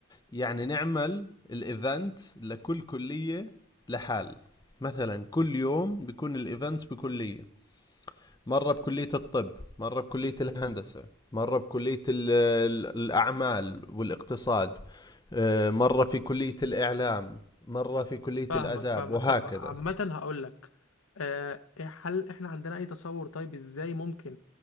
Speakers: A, on the left; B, on the left.
A: يعني نعمل الإيفنت لكل كلية لحال مثلا كل يوم بيكون الإيفنت بكلية مرة بكلية الطب مرة بكلية الهندسة مرة بكلية ال- ال- الأعمال والاقتصاد آه، مرة في كلية الإعلام مرة في كلية
B: فاهمك
A: الآداب
B: فاهمك
A: وهكذا
B: طب عامة هقول لك آه، هل احنا عندنا اي تصور طيب ازاي ممكن